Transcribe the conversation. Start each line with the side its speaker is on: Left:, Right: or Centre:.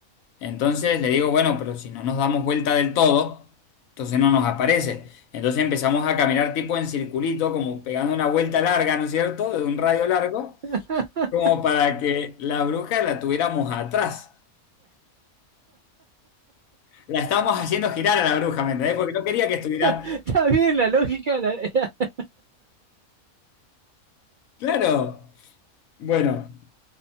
Left: Entonces le digo, bueno, pero si no nos damos vuelta del todo, entonces no nos aparece. Entonces empezamos a caminar tipo en circulito, como pegando una vuelta larga, ¿no es cierto? De un radio largo.
Right: <laughs>
Left: como para que la bruja la tuviéramos atrás. La estábamos haciendo girar a la bruja, ¿me entendés? Porque no quería que estuviera.
Right: Está bien la lógica, la <laughs>
Left: Claro. Bueno,